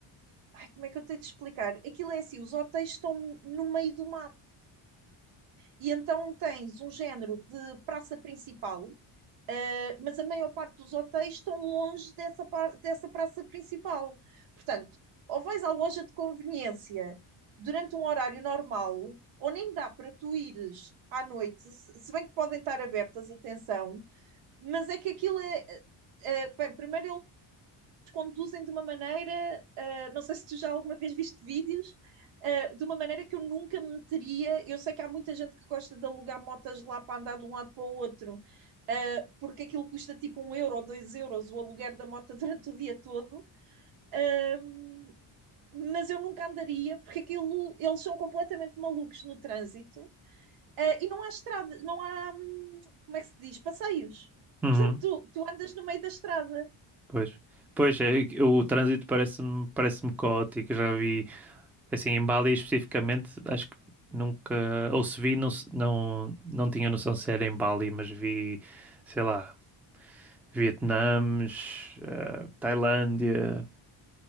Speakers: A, on the right; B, in the centre.
A: Ai, como é que eu tenho de explicar? Aquilo é assim: os hotéis estão no meio do mato, e então tens um género de praça principal Uh, mas a maior parte dos hotéis estão longe dessa, dessa praça principal. Portanto, ou vais à loja de conveniência durante um horário normal, ou nem dá para tu ires à noite, se bem que podem estar abertas, atenção, mas é que aquilo é. eh, eh, bem, primeiro conduzem de uma maneira, uh, não sei se tu já alguma vez viste vídeos, uh, de uma maneira que eu nunca me meteria. Eu sei que há muita gente que gosta de alugar motas lá para andar de um lado para o outro, uh, porque aquilo custa tipo um euro ou dois euros o aluguer da moto <laughs> durante o dia todo. uh, mas eu nunca andaria porque aquilo eles são completamente malucos no trânsito uh, e não há estrada, não há hum, como é que se diz? Passeios.
B: Uhum.
A: Portanto, tu, tu andas no meio da estrada.
B: Pois, pois é, o trânsito parece-me parece-me caótico. Eu Já vi Assim, em Bali especificamente, acho que nunca, ou se vi, não, se- não, não tinha noção se era em Bali, mas vi, sei lá, Vietnãs, eh, Tailândia,